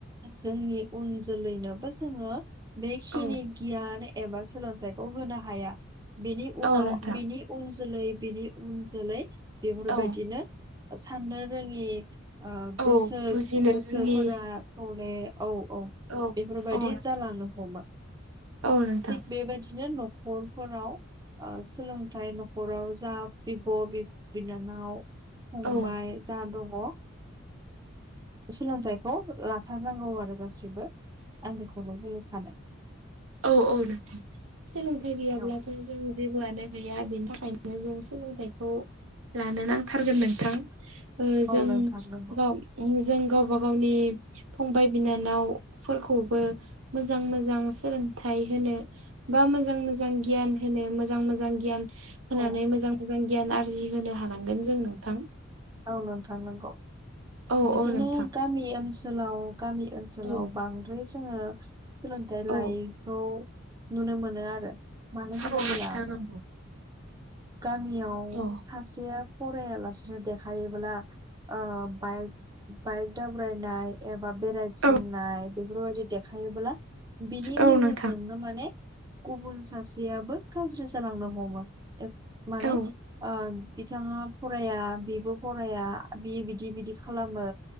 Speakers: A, on the right; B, on the right.
A: जोंनि उन जोलैनोबो जोङो बेखिनि
B: औ
A: गियान एबा सोलोंथाइखौ होनो हाया बिनि उनाव
B: औ नोंथां
A: बिनि उन जोलै बिनि उन जोलै बेफोरबायदिनो
B: औ
A: साननो रोङि
B: औ
A: गोसो
B: बुजिनो
A: गोसोफोरा
B: रोङि
A: <unintelligible> औ औ
B: औ
A: बेफोरबायदि
B: औ
A: जालांनो हमो
B: औ नोंथां
A: थिग बेबायदिनो न'खरफोराव सोलोंथाइ न'खराव जा बिब' बिनानाव फंबाय
B: औ
A: जा दङ सोलोंथाइखौ लाथारनांगौ आरो गासैबो आं बेखौनो बुंनो सानो
B: औ औ नोंथां सोलोंथाइ गैयाब्लाथ'
A: औ
B: जों जेबोआनो गैया बेनि थाखायनो जों सोलोंथाइखौ लानो नांथारगोन नोंथां जों
A: औ नोंथां नंगौ
B: गाव जों गावबा गावनि फंबाय बिनानावफोरखौबो मोजां मोजां सोलोंथाइ <unintelligible> होनो बा मोजां मोजां गियान होनो मोजां मोजां गियान होनानै
A: औ
B: मोजां मोजां मोजां गियान आरजि होनो हानांगोन जों नोंथां
A: ओ नोंथां नंगौ
B: औ
A: बिदिनो
B: औ नोंथां
A: गामि ओनसोलाव गामि ओनसोलाव
B: औ
A: बांद्राय जोङो सोलोंथाय लायिखौ
B: औ
A: नुनो मोनो आरो मानो होनोब्ला
B: औ नोंथां नंगौ
A: गामियाव
B: औ
A: सासेया फरायालासेनो देखायोब्ला बाइक बाइक दाबारायनाय एबा बेरायथिंनाय
B: औ
A: बेफोरबायदि देखायोब्ला बिनि
B: औ
A: लोगोजोंनो
B: नोंथां
A: माने गुबुन सासेयाबो गाज्रि जालांनो हमो माने
B: औ
A: आ बिथाङा फराया बिबो फराया बियो बिदि बिदि खालामो